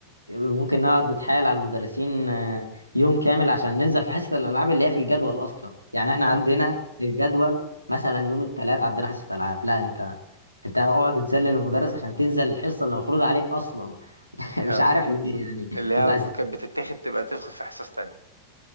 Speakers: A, on the left (about 85°); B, on the right (about 85°).
A: ممكن نقعد نتحايل على المدرسين آه، يوم كامل عشان ننزل في حصة الألعاب اللي هي في الجدول أصلا يعني احنا عندنا
B: اه
A: الجدول مثلا يوم الثلاث عندنا حصة ألعاب لا انت انت اقعد تذلل المدرس عشان تنزل الحصة اللي مفروض عليك أصلا <laughs>
B: اه
A: مش عارف ليه يعني
B: اللي
A: انتوا
B: هي على
A: بتعزز
B: طول كانت بتتاخد تبقى تدخل في حصص تانية